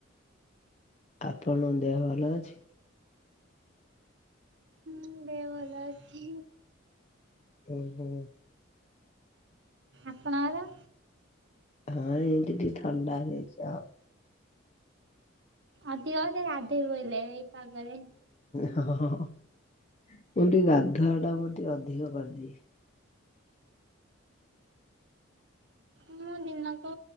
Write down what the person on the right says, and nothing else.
ହୁଁ ଦେହ ଭଲ ଅଛି।
ଆପଣଙ୍କର।
ଅଧିକ ବୋଧେ ଗାଧେଇ ପଇଲେ ଏଇ ପାଗରେ
ମୁଁ ଦିନକୁ